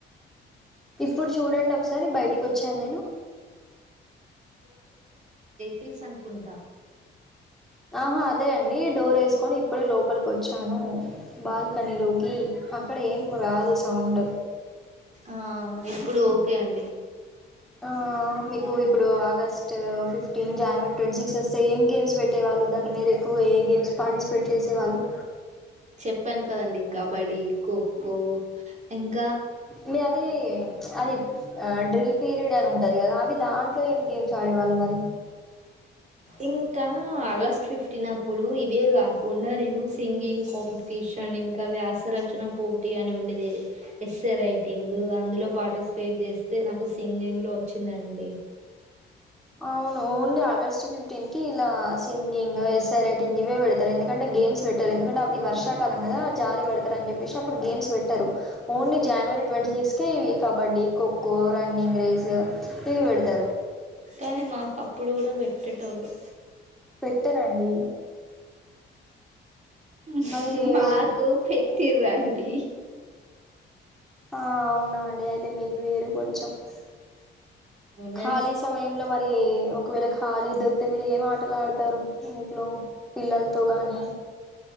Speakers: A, in the centre; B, on the right.
A: ఇప్పుడు చూడండి ఒకసారి బయటికొచ్చాన్ నేను
B: హిల్సన్కుంట
A: ఆహా అదే అండి డోరెస్కోని ఇప్పుడే లోపలికి ఒచ్చాను బాల్కనీలోకి అక్కడ ఏం రాదు సౌండూ
B: ఆ ఇప్పుడు ఓకే అండి
A: ఆ మీకు ఇప్పుడు August fifteen, January twenty six ఒస్తే ఏం గేమ్స్ పెట్టేవాల్ అల్లుదండి మీరు ఎక్కువ ఏ గేమ్స్ పార్టిస్పేట్ చేసేవాళ్ళు?
B: చెప్పాను కదండి కబడ్డీ, ఖోఖో ఇంక్
A: మీ అదీ ప్చ్ అది ఆ డ్రిల్పీర్ పీరేడుంటాయి గదా అవి దాంట్లో ఏం గేమ్స్ ఆడేవాళ్ళు మరి?
B: ఇంకా ఆగస్ట్ ఫిఫ్ట్న్ అప్పుడు ఇవే గాకుండా నేను సింగింగ్ కాంపిటీష్ షన్ ఇంకా వ్యాసరచన పోటీ అని ఉండేది. ఎస్సైయ్ రైటింగు అందులో పార్టిస్పేట్ జేస్తే నాకు సింగింగ్ లో ఒచ్చిందండి.
A: అవును ఓన్లీ ఆగస్ట్ ఫిఫ్టీన్ కి ఇలా సింగింగ్, ఎస్సైయ్ రైటింగ్ గివేడ్తరు ఎందుక్ కంటే గేమ్స్ వెట్టరు ఎందుకంటే అది వర్ష్ కాలం గదా జారీవడ్తరని జేప్పేసి అప్పుడు గేమ్స్ వెట్టరు ఓన్లీ జాన్వరి ట్వంటీ సిక్స్ కే ఇవి కబడ్డీ ఈ ఖోఖో, రన్నింగ్ రేస్ ప్చ్ ఇవ్వేడ్తరు
B: కానీ మాకప్పుడు కూడా పెట్టేటోళ్ళు
A: పెట్టరండి
B: ఉహు
A: మరి
B: హు మాకు
A: ఒక
B: పెట్టిళ్ళండి
A: ఆ అవునా అండి అయితే మీది వేరు కొంచెం తో
B: నేను
A: ఖాళీ సమయంలో మరి ఒకవేళ ఖాళీ దొర్కితే మీరు ఏం ఆటలు ఆడుతారు ఇంట్లో? పిల్లల్తో గాని